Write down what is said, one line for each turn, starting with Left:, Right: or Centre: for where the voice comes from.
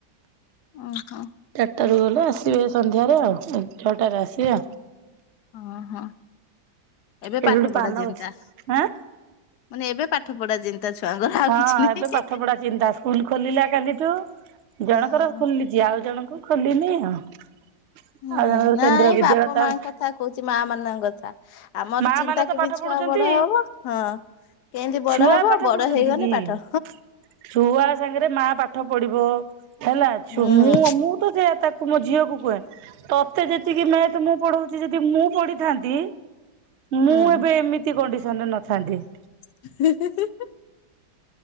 Left: ଓହୋ।
Right: ଚାରିଟା ରୁ ଗଲେ ଆସିବେ ସନ୍ଧ୍ୟାରେ ଆଉ ଛଅଟାରେ ଆସିବେ ଆଉ।
Left: ଓହୋ ଏବେ
Right: ଏଠି
Left: ପାଠ
Right: ଗୋଟେ
Left: ପଢା
Right: ପାନ
Left: ଚିନ୍ତା।
Right: ଗଛ ଆଁ
Left: ମାନେ ଏବେ ପାଠ ପଢା ଚି ତା ଛୁଆଙ୍କର ଆଉ
Right: ହଁ
Left: କିଛି ନାହିଁ।
Right: ଏବେ ପାଠ ପଢା ଚିନ୍ତା ସ୍କୁଲ ଖୋଲିଲା କାଲିଠୁ
Left: ହଁ
Right: ଜଣଙ୍କର ଖୋଲି ଯିଏ ଆଉ ଜଣଙ୍କୁ ଖୋଲିନି ଆଉ ଆଉ
Left: ହଁ
Right: ଜଣଙ୍କର
Left: ନାଇଁ
Right: କେନ୍ଦ୍ରୀୟ ବିଦ୍ୟାଳୟ
Left: ବାପା
Right: ତାର
Left: ମାଙ୍କ କଥା କହୁଛି ମା ମାନଙ୍କ କଥା ଆମର
Right: ମା
Left: ଚିନ୍ତା
Right: ମାନେ ତ
Left: କେମିତି
Right: ପାଠ ପଢୁଛନ୍ତି
Left: ଛୁଆ ବଡ ହବ ହଁ କେମିତି ବଡ
Right: ଛୁଆ
Left: ହବ
Right: ପାଠ
Left: ବଡ
Right: ପଢୁଛନ୍ତି
Left: ହେଇଗଲେ
Right: କି?
Left: ପାଠ
Right: ଛୁଆ ସାଙ୍ଗରେ ମା ପାଠ ପଢିବ ହେଲା
Left: ହୁଁ।
Right: ଛୁ ମୁ ମୁଁ ତାକୁ ମୋ ଝିଅକୁୁ କୁହେ ତତେ ଯେତିକି ମ୍ୟାଥ ମୁଁ ପଢଉଛି ଯଦି ମୁଁ ପଢିଥାନ୍ତି
Left: ହୁଁ।
Right: ମୁଁ ଏବେ ଏମିତି କଣ୍ଡିସନରେ ନଥାନ୍ତି।
Left: <unintelligible>